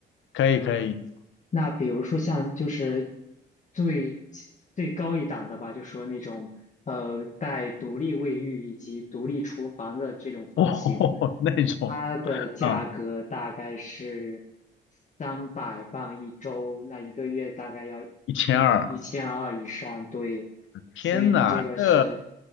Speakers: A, on the left; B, on the left.
A: 可以可以，
B: 嗯，那比如说像就是最最高一档的吧，就说那种呃带独立卫浴以及独立厨房的这种房型，
A: 哦，<laughs> 那种，
B: 它的价格大概是
A: 啊，
B: 三百磅一周，那一个月大概要一一千二以上，
A: 一千二，
B: 对，所以你这个是
A: 天呐，这